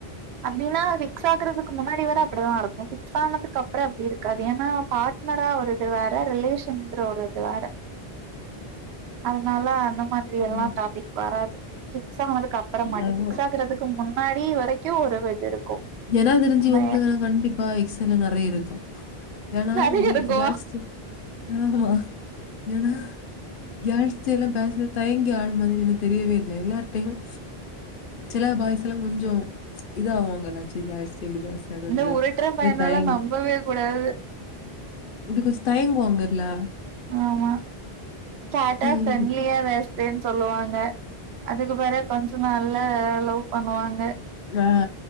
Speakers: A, on the right; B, on the left.
A: அப்டின்னா பிக்ஸ் ஆக்குறதுக்கு முன்னாடி வர அப்டிதா இருக்கு பிக்ஸ் ஆனதுக்கு அப்ரோ அப்டி இருக்காது ஏன்னா பா னரா ஒரு இது வேற ரிலேஷன்ங்கிற ஒரு இது வேற அதனால அந்த மாதிரி
B: ம்.
A: எல்லா டாபிக் வராது ஃபிக்ஸ் ஆகனதுக்கு அப்பற
B: என்னவோ!
A: மாட்டே ஃபிக்ஸ் ஆகுறது க்கு முன்னாடி வரைக்கு ஒரு இது இருக்கு
B: ஏன்னா தெரிஞ்சுகோங்கள
A: நம்ம
B: கண்டிப்பா எக்ஸ் எல்லா நிறைய இருக்கு ஏனா
A: நெறைய
B: இல்
A: இருக்கு
B: காச்சு ஆமா ஏனா யாழச்சைய எல்லாம் பேசுற தயங்கி ஆழ் மாதிரி என தெரியவே இல்லை எல்லார்கிட்டையும் சில பாய்ஸ் எல்லாம் கொஞ்சோ இது ஆவு வாங்கல்ல சேர் கேர்ள்ஸ் கிட்ட எப்டி பேஸ்ரது
A: அந்த
B: கொஞ்சோ
A: உருட்டுற
B: ரொம்ப
A: பையனெல்லா
B: தயங்கி
A: நம்பவே கூடாது
B: இப்டி கொஞ்சோ தயங்குவாங்கலா
A: ஆமா கேட்டா ஃப்ரெண்ட்லியா
B: இந்-
A: பேஸ் ன சொல்லுவாங்க அதுக்கு பிறக் கொஞ்சோ நாள்ல லவ் பண்ணுவாங்க
B: ஆ